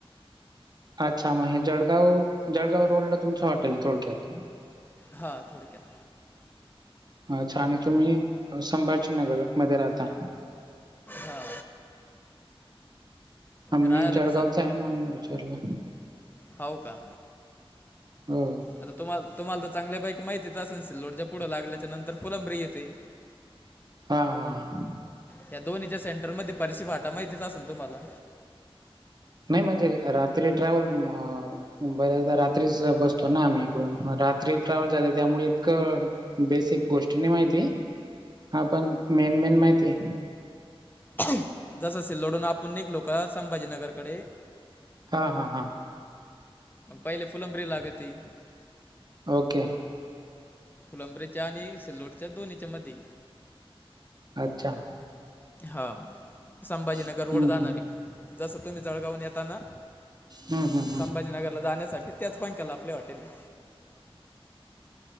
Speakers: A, on the right (about 45°); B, on the left (about 20°).
A: अच्छा मग हे जडगाव, जळगाव रोडला तुमचं हॉटेल आहे थोडक्यात?
B: हा थोडक्यात.
A: अच्छा आणि तुम्ही संभाजी नगर मध्ये राहता.
B: हां
A: आमी
B: राहायला
A: जळगावच
B: मी
A: आहे म्हणून विचारलं.
B: हाव का?
A: हो
B: आता तुम्हाला तुम्हाला तर चांगल्या पैकी माहितीच अस सल लोडजप पुढं लागल्याच्या नंतर फुलंब्री येते.
A: हा- हा
B: त्या दोन्हीच्या सेंटर मध्ये परशी फाटा माहितीच असेल तुम्हाला?
A: नाही म्हणजे रात्री ट्रॅव्हल बर्याचदा रात्रीच बसतो ना आम्ही इकडून, म रात्री ट्रॅव्हल झाले त्यामुळे इतकं बेसिक गोष्टी नाही माहिती. हा पण मेन- मेन माहितीये.
B: <inaudible> जस सिल्लोडून आपण निघलो का संभाजीनगरकडे
A: हा हा हा
B: मग पहिले फुलंब्री लागती
A: ओके
B: फुलंब्रीेच्या आणि सिल्लोडच्या दोन्हींच्या मध्ये.
A: अच्छा!
B: हा संभाजीनगर
A: हम्म
B: रोड जाणारये
A: हम्म
B: जस तुम्ही जळगावून येताना.
A: हम्म हम्म हम्म
B: संभाजीनगरला जाण्यासाठी त्याच पख्याला आपले आप हॉटेल ये.